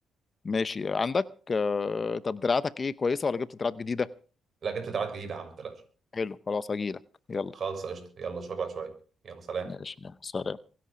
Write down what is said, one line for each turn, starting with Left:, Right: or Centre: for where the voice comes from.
Left: ماشي عندك آه، طب دراعاتك ايه كويسة ولا جبت دراعات جديدة
Right: لا جبت دراعات جديدة يا عم ما تقلقش
Left: حلو خلاص هجيلك يلا
Right: خالص قشطة يلا أشوفك بعد شوية يلا سلام
Left: ماشي يلا، سلام